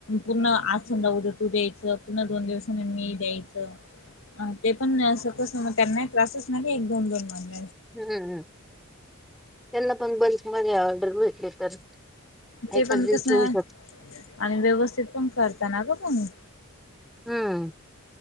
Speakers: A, on the left; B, in the centre.
A: पुन्हा आत समजा उद्या तू द्यायचं, पुन्हा दोन दिवसांनी मी द्यायचं. ह ते पण असं कसं त्यांनाही त्रास त्यांना त्रासच नाही. एक दोन दोन वार.
B: हम्म त्यांना पण बल्क मध्ये ऑर्डर तर
A: ते
B: एकाच
A: पण
B: दिवशी
A: कस आणि
B: होऊ शकत.
A: व्यवस्थित पण करता ना ग तुम्ही.
B: हम्म